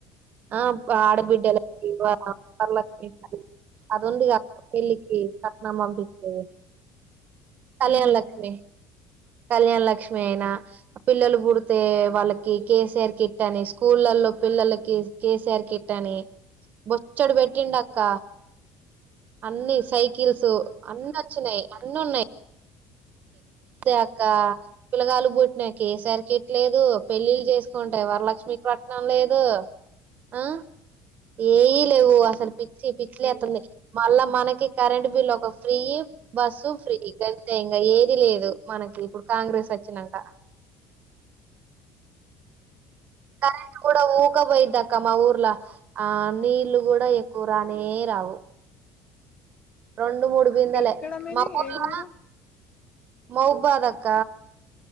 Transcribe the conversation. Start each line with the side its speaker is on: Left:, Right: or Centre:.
Right: ఆ ఆడ బిడ్డెలకి <unintelligible> అదుందిగా పెళ్లికి కట్నం పంపిచ్చేది కళ్యాణ
Left: మ్మ్.
Right: లక్ష్మి కళ్యాణ లక్ష్మి అయినా పిల్లలు పుడితే వాళ్ళకి కేసీఆర్ కిట్ అని స్కూళ్ళలో పిల్లలకి కేసీఆర్ కిట్టని బొచ్చడు పెట్టిండక్క అన్నీ సైకిల్స్ అన్నొచ్చినయి అన్నున్నయి అదే అక్క పిలగాల్లు పుట్టినా కే సి ఆర్ కిట్ లేదు పెళ్ళిళ్ళు చేసుకుంటే వరలక్ష్మి పట్టనం లేదు ఆ ఏఈ లేవు అసలు పిచ్చి పిచ్చిలేత్తుంది మళ్ళా మనకి కరెంట్ బిల్ ఒక ఫ్రీ బస్సు ఫ్రీ గ ఏది లేదు మనకి ఇప్పుడు కాంగ్రెస్ వచ్చినాక కరెంట్ కూడా ఊక పోయిద్దాక్క మా ఊర్లా ఆ నీళ్లు కూడా ఎక్కువ రానే రావు రెండు మూడు బిందెలే
Left: ఎక్కడ మీది
Right: మా ఊర్ల
Left: ఏ ఊరు
Right: మౌబాద్ అక్క